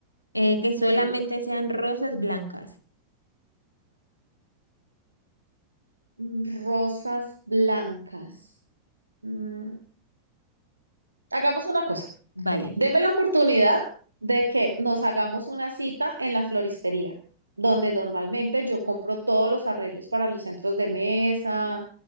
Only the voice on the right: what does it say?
Sí.
mm, rosas blancas. Mm, Hagamos una cosa,
deme la oportunidad de que nos hagamos una cita en la floristería, donde normalmente yo compro todos los arreglos para los centros de mesa